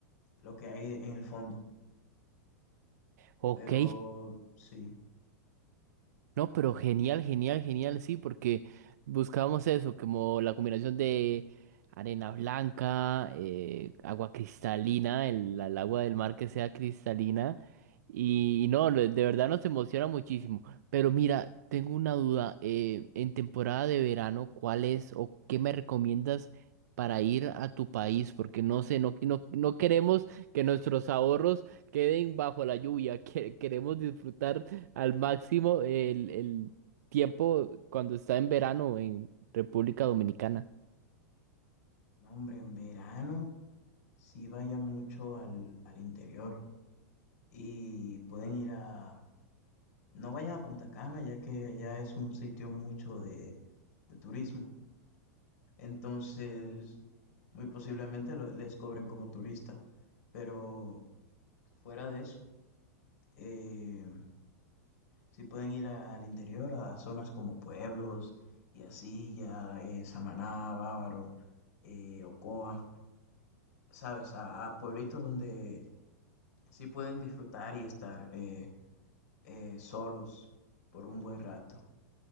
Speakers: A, on the left (about 70°); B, on the right (about 75°).
A: lo que hay en el fondo.
B: Ok,
A: Pero sí,
B: No, pero genial, genial, genial, sí, porque buscábamos eso, como la combinación de arena blanca, eh, agua cristalina, el, el agua del mar que sea cristalina, y, no, lo- de verdad nos emociona muchísimo. Pero mira, tengo una duda, eh, en temporada de verano, ¿cuál es o qué me recomiendas para ir a tu país? Porque no sé, no, no, no queremos que nuestros ahorros queden bajo la lluvia, <laughs> que- queremos disfrutar al máximo el, el tiempo cuando está en verano en República Dominicana.
A: no, hombre, en verano. sí vayan mucho al, al interior y pueden ir a... No vayan a Punta Cana, ya que allá es un sitio mucho de, de turismo. Entonces, muy posiblemente lo- les cobren como turista. Pero fuera de eso, eh, sí pueden ir a- al interior, a zonas como pueblos y así, ya eh, Samaná, Bávaro, eh, Ocoa, ¿sabes? A, a pueblitos donde sí pueden disfrutar y estar. eh, eh, solos por un buen rato.